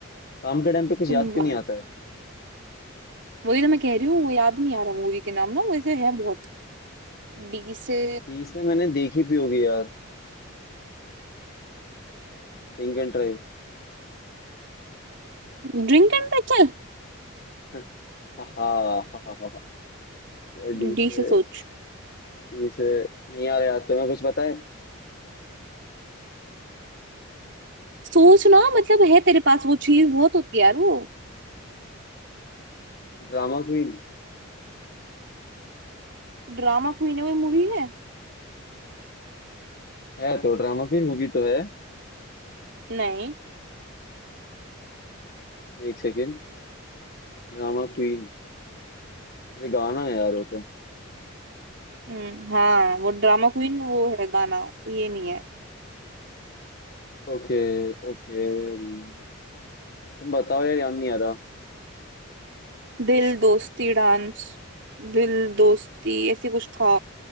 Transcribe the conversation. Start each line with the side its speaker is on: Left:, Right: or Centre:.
Left: काम के टाइम पे कुछ
Right: तुम
Left: याद क्यों
Right: बाल
Left: नहीं आता है
Right: वही तो मैं कह रही हूँ वो याद नहीं आ रहा मूवी के नाम ना वैसे है बहुत डी से
Left: डी से मैंने देखी भी होगी यार Drink and drive
Right: ड्रिंक एंड चल
Left: <laughs> हाँ हाँ हाँ हाँ हाँ यार डी
Right: डी
Left: से
Right: से सोच
Left: जैसे नहीं आ रहा याद तो मैं कुछ बताए
Right: सोच ना मतलब है तेरे पास वो चीज बहुत होती है यार वो
Left: Drama queen
Right: ड्रामा क्वीन है वो मूवी है
Left: है तो ड्रामा क्वीन मूवी तो है
Right: नहीं
Left: एक सेकेंड Drama queen ये गाना है यार वो तो
Right: हम्म हाँ वो ड्रामा क्वीन वो है गाना ये नहीं है
Left: ओके ओके तुम बताओ यार याद नहीं आ रहा
Right: दिल दोस्ती डांस दिल दोस्ती ऐसे कुछ था